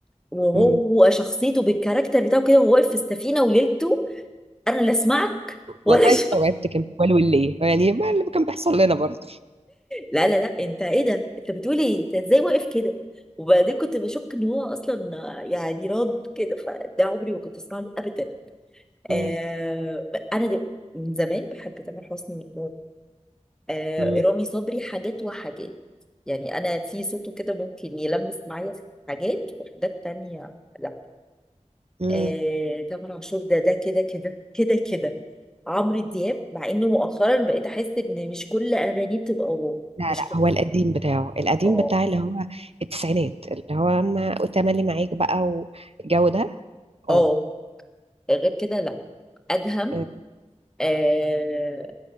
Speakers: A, in the centre; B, on the right.
A: وهو
B: مم.
A: شخصيته بالكاركتر بتاعه كده وهو واقف في السفينه وليلته انا لا اسمعك ولا
B: والله
A: <laughs> شو
B: استوعبت كان بيقولوا ليه يعني ما اللي كان بيحصل لنا برضه
A: لا لا لا انت ايه ده انت بتقول ايه انت ازاي واقف كده وبعدين كنت بشك ان هو اصلا يعني راض كده فده عمري ما كنت اسمع له ابدا
B: مم.
A: آه انا دل- من زمان بحب تامر حسني آه
B: مم.
A: رامي صبري حاجات وحاجات يعني انا في صوته كده ممكن يلمس معايا في حاجات وحاجات تانية لا
B: مم.
A: آه تامر عاشور ده ده كده كده كده كده عمرو دياب مع انه مؤخرا بقيت احس ان مش كل اغانيه بتبقى واو
B: لا
A: مش
B: لا
A: كلها
B: هو القديم بتاعه القديم
A: اه
B: بتاع اللي هو التسعينات اللي هو ما وتملي معاك بقى والجو ده
A: اه
B: اه
A: غير كده لا ادهم
B: آه،
A: آه